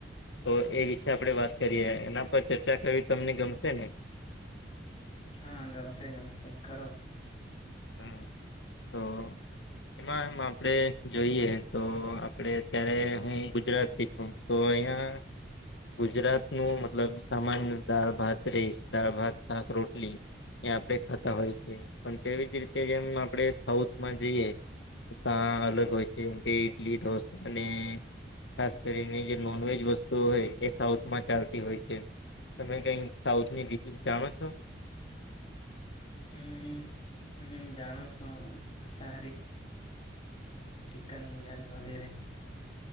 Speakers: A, on the left (about 80°); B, on the left (about 30°).
A: તો એ વિશે આપડે વાત કરીએ એના પર ચર્ચા કરવી તમને ગમશે ને
B: હા ગમશે જમશે કરો
A: હમ તો એમ આપડે જોઈએ તો આપડે અત્યારે હું ગુજરાત થી છું તો અહીિયાયા ગુજરાત નું મતલબ સામાન્ય દાળ ભાત રે દાળ ભાત શાક રોટલી ત્યાં આપડે ખાતા હોય છે. પણ તેવી જ રીતે જેમ આપણે સાઉથમાં જઈએ ત અલગ હોય છે, જેમ કે ઈડલી ઢોસા ને ખાસ કરીને જે નોનવેજ વસ્તુઓ હોય એ સાઉથમાં ચાલતી હોય છે. તમે કઈ સાઉથની ડિશિસ જાણો છો
B: હમ હમ જાણસ સારી ચિકન બિરિયાની વગેરે